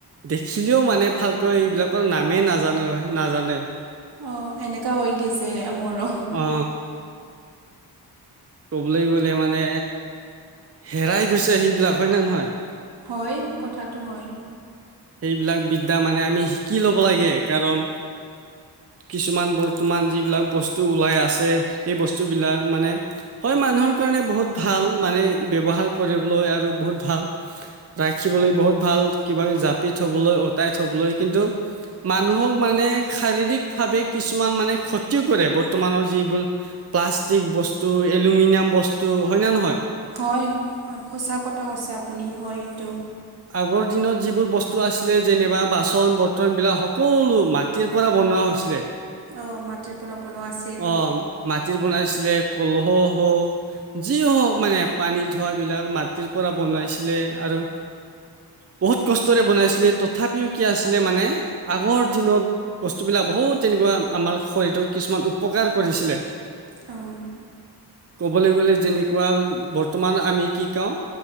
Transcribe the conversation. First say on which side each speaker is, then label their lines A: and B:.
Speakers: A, on the right; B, on the right.
A: দেখিলেও মানে ভালকৈ এইবিলাকৰ নামেই নাজানো নাজানে।
B: অ' এনেকুৱা হয় গছে মৰো।
A: অ কবলৈ গ'লে মানে হেৰাই গৈছে সেইবিলাক। হয় নে নহয়?
B: হয়, কথাটো হয়।
A: সেইবিলাক বিদ্যা মানে আমি শিকি ল'ব লাগে কাৰণ কিছুমান বৰ্তমান যিবিলাক বস্তু ওলাই আছে সেই বস্তুবিলাক মানে হয় মানে মানুহৰ কাৰণে বহুত ভাল মানে ব্যৱহাৰ কৰিবলৈ আৰু বহুত ভাল ৰাখিবলৈ বহুত ত ভাল কিবা পি থবলৈ, অতাই থবলৈ কিন্তু মানুহক মানে শাৰীৰিক ভাৱে কিছুমান মানে ক্ষতিও কৰে বৰ্তমানৰ যিবোৰ প্লাষ্টিক বস্তু, এলুমিনিয়াম বস্তু, হয় নে নহয়?
B: হয়, হয় সঁচা কথা কৈছে আপুনি হয় সেইটো।
A: আগৰ দিনত যিবোৰ বস্তু আছিলে যেনিবা বাচন বৰ্তনবিলাক সকলো মাটিৰ পৰা বন নৱা হৈছিলে।
B: অঁ মাটিৰ পৰা বনোৱা আছিল
A: অ' মাটিত বনাইছিলে কলহ হওক, যি হওক মানে পানী ধোৱবিলাক মাটিৰ পৰা বনাইছিলে। আৰু বহুত কষ্টৰে বনাইছিলে, তথাপিও কি আছিলে মানে আগৰ দিনত বস্তুবিলাক বহুত তেনে এনেকুৱা আমাৰ শৰীৰৰ কিছুমান উপকাৰ কৰিছিলে।
B: অ'।
A: ক'বলৈ গ'লে যেনেকুৱা বৰ্তমান আমি কি কওঁ,